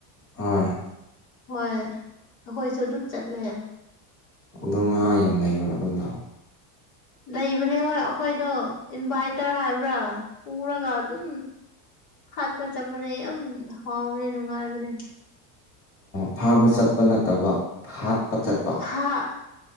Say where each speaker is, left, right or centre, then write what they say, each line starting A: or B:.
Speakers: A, on the left (about 30°); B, on the left (about 70°).
A: ꯍ
B: ꯍꯣꯏ ꯑꯩꯈꯣꯏꯁꯨ ꯑꯗꯨꯝ ꯆꯠꯂꯦ
A: ꯑꯗ ꯉꯥ ꯌꯥꯝ ꯂꯩꯕ꯭ꯔꯥ ꯑꯗꯨꯗ
B: ꯂꯩꯕꯅꯦ ꯍꯣꯏ ꯑꯩꯈꯣꯏꯗꯣ ꯏꯟꯚꯥꯏꯇꯔ ꯍꯥꯏꯕ꯭ꯔꯥ ꯄꯨꯔꯒꯥ ꯑꯗꯨ ꯍꯥꯠ ꯄ ꯆꯄꯅꯦ ꯌꯥꯝꯦꯝ ꯍꯥꯎ ꯃꯅꯦ ꯅꯅꯨꯡꯉꯥꯏ ꯃꯅꯦ
A: ꯐꯥꯕ ꯆꯠꯄ ꯅꯠꯇꯕ ꯍꯥꯠꯄ ꯆꯠꯄ
B: ꯍꯥ